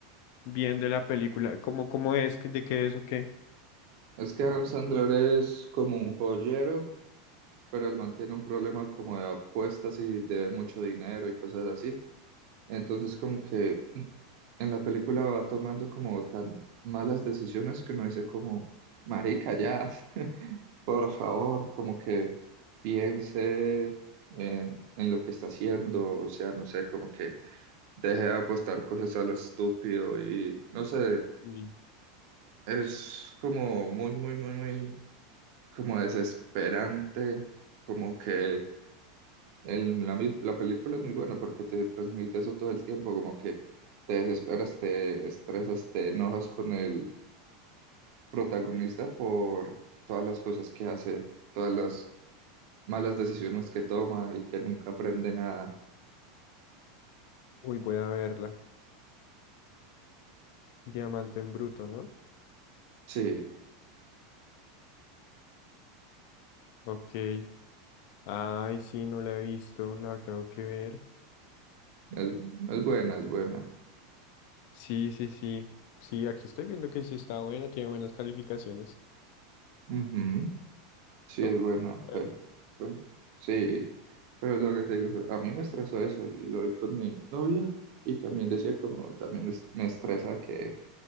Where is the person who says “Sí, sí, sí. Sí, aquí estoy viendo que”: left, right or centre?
Left